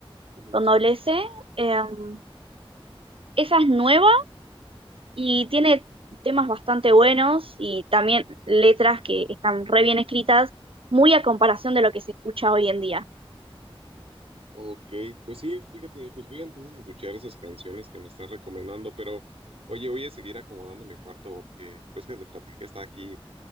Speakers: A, on the right (about 85°); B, on the right (about 65°).
A: Lucía.
B: con doble S. Em, esa
A: Ajá.
B: es nueva y tiene temas bastante buenos y también letras que están re bien escritas, muy a comparación de lo que se escucha hoy en día.
A: Ok, pues sí, fíjate, pues voy a entonces escuchar esas canciones que me están recomendando, pero oye, voy a seguir acomodando mi cuarto porque ves que te platiqué que estaba aquí